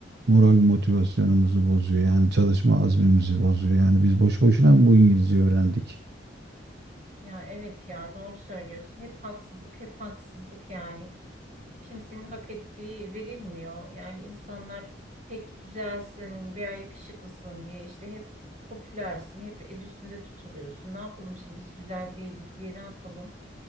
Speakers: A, on the right; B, on the right.
A: moral motivasyonumuzu bozuyor. Yani çalışma azmimizi bozuyor. Yani biz boş boşuna mı bu İngilizce öğrendik?
B: ya evet ya doğru söylüyorsun. Hep haksızlık, hep haksızlık yani. Kimsenin hak ettiği verilmiyor. Yani insanlar tek güzelsin veya yakışıklısın diye işte hep popülersin, hep el üstünde tutuluyorsun. Ne yapalım şimdi biz güzel değiliz diye ne yapalım?